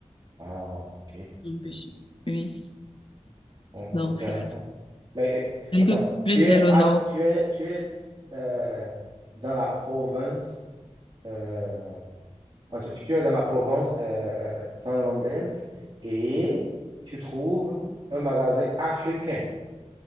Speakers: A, on the right (about 35°); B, on the left (about 50°).
A: Ah, ok.
B: en bus. Oui,
A: Bon,
B: donc
A: intéressant.
B: c'est
A: Mais
B: un
A: euh, attends,
B: peu plus
A: tu es,
B: vers le
A: à-
B: nord.
A: tu es, tu es euh, dans la province euh, Ah, tu, tu es dans la Provence euh, euh, finlandaise et tu trouves un magasin africain.